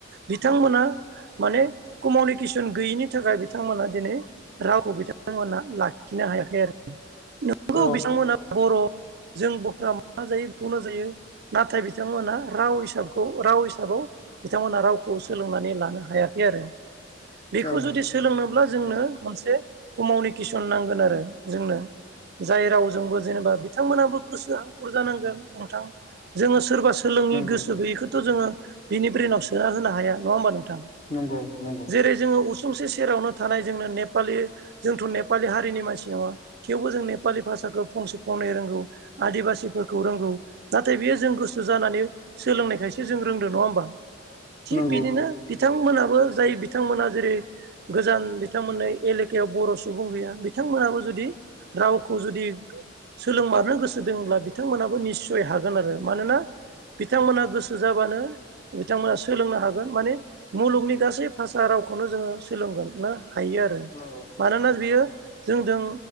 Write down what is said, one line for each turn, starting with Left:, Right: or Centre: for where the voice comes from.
Right: बिथांमोना माने कमनिकेसन गैयिनि थाखाय बिथांमोना दिनै रावखौ बिथांमोना लाखिनो हायाखै आरो। नोंगौ
Left: औ
Right: बिथांमोना बर'। जों बफ्रा मा जायो बिखौनो जायो। नाथाय बिथांमोनहा राव हिसाबखौ राव हिसाबाव बिथांमोना रावखौ सोलोंनानै लानो हायाखै आरो। बेखौ
Left: औ
Right: जुदि सोलोंनोब्ला जोंनो मोनसे कमाउनिकेसन नांगोन आरो। जोंनो। जाय रावजोंबो जेनेबा बिथांमोनाबो गोसो हांखुर जानांगोन नोंथां। जोङो सोरबा स सोलोंनि
Left: नंगौ
Right: गोसो गैयिखौथ' जोङो बिनि ब्रेनाव सोना होनो हाया। नङा होमबा नों थां
Left: नंगौ नंगौ
Right: जेरै जोङो उस सुंसे सेरावनो थानाय जोंनो नेपालि जोंथ' नेपालि हारिनि मानसि नङा थेवबो जों नेपालि भाषाखो फंसे फंनै रोंगौ आदिबासिफोरखौ रोंगौ नाथाय बियो जों गोसो जानानै सोलोंनायखायसो जों रोंदों। नङा होमबा? थिग
Left: नंगौ
Right: बिदिनो थां मोनाबो जाय बिथांमोना जेरै गोजान बिथांमोन्नो एलेखायाव बर' सुबुं गैया बिथां थांमोनाबो जुदि रावखौ जुदि सोलोंमारनो गोसो दोङोब्ला बिथांमोनाबो निस्सय हागोन आरो। मानोना बिथांमोना गोसो जाबानो बिथांमोना सोलोंनो हागोन माने मुलुगनि गासै भाषा राव गावख'नो जोङो सोलोंगोननो हायो आरो
Left: नंगौ औ
Right: मानोना बियो जोंदों